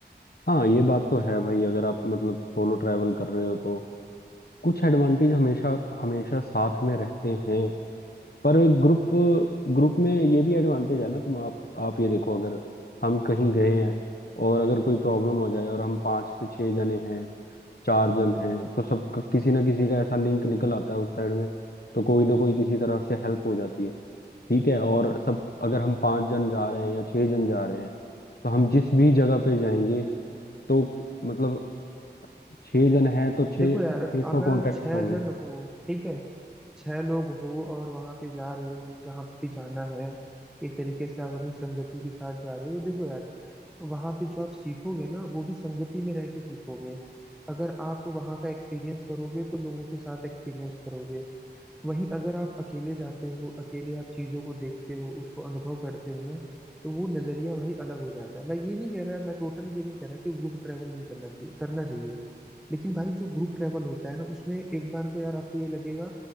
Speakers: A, on the left (about 65°); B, in the centre.
A: हाँ ये बात तो है भाई अगर आप मतलब सोलो ट्रैवल कर रहे हो तो कुछ एडवांटेज हमेशा हमेशा साथ में रहते हैं पर ग्रुप ग्रुप में ये भी एडवांटेज है ना तुम आप आप ये देखो अगर हम कहीं गए हैं और अगर कोई प्रॉब्लम हो जाए और हम पाँच से छः जने हैं चार जन हैं तो सबका किसी ना किसी का ऐसा लिंक निकल आता है उस साइड में तो कोई ना कोई किसी तरह से हेल्प हो जाती है ठीक है और सब अगर हम पाँच जन जा रहे हैं या छः जन जा रहे हैं तो हम जिस भी जगह पे जाएंगे तो मतलब छह जन हैं तो छह
B: देखो यार
A: छह
B: अगर
A: सौ कॉन्टेक्ट
B: छह
A: होंगे
B: जन हो ठीक है छह लोग हो और वहां पे जा रहे हो जहाँ पे भी जाना है एक तरीके से आप अपनी संगति के साथ जा रहे हो तो देखो यार वहां पे जो आप सीखोगे ना वो भी संगति में रह के सीखोगे अगर आप वहां का एक्सपीरियंस करोगे तो लोगों के साथ एक्सपीरियंस करोगे वहीं अगर आप अकेले जाते हो अकेले आप चीजों को देखते हो उसको अनुभव करते हो ना तो वो नजरिया भाई अलग हो जाता है मैं ये नहीं कह रहा मैं टोटल ये नहीं कह रहा कि ग्रुप ट्रेवल नहीं करना चाहिए करना चाहिए लेकिन भाई जो ग्रुप ट्रेवल होता है ना उसमें एक बार तो यार आपको ये लगेगा